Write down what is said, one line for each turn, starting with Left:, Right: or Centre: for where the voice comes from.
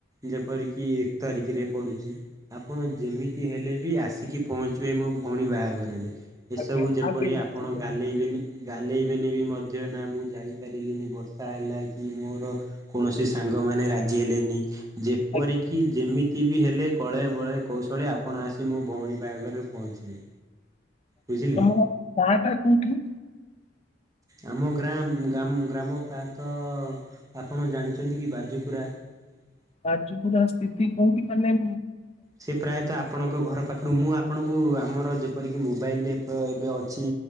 Right: ଯେପରିକି ଏକ ତାରିଖରେ ପଡ଼ୁଛି ଆପଣ ଯେମିତି ହେଲେ ବି ଆସିକି ପହଞ୍ଚିବେ ମୁ ମୋ ଭଉଣୀ ବାହାଘରରେ ଏସବୁ
Left: ଆଜ୍ଞା
Right: ଯେପରି
Left: ଆଜ୍ଞା ନିଶ୍ଚିତ
Right: ଆପଣ ଗାଲେଇବେନି। ଗାଲେଇବେନି ବି ମଧ୍ୟ ନା ମୁଁ ଯାଇପାରିଲିନି ବର୍ଷା ହେଲା କି ମୋର କୌଣସି ସାଙ୍ଗମାନେ ରାଜି ହେଲେନି ଯେପରିକି
Left: ଆଜ୍ଞା
Right: ଯେମି ଏତି ବି ହେଲେ କଳେ ବଳେ କୌଶଳେ ଆପଣ ଆସି ମୋ ଭଉଣୀ ବାହାଘରରେ ପହଞ୍ଚିବେ। ବୁଝିଲେ
Left: ତମ ଗାଁ ଟା କୋଉଠି?
Right: ଆମ ଗ୍ରାମ୍ ଗ୍ରାମ ଗ୍ରାମ ପ୍ରାୟତଃ ଆପଣ ଜାଣିଛନ୍ତି କି ବାଜୁପୁରା? ହଁ
Left: ରାଜପୁରା ସ୍ଥିତି କୋଉଠି ମାନେ
Right: ସେ ପ୍ରାୟତଃ ଆ ଆପଣଙ୍କ ଘର ପାଖରୁ ମୁଁ ଆପଣଙ୍କୁ ଆମର ଯେପରିକି ମୋବାଇଲେପ ଏବେ ଅଛି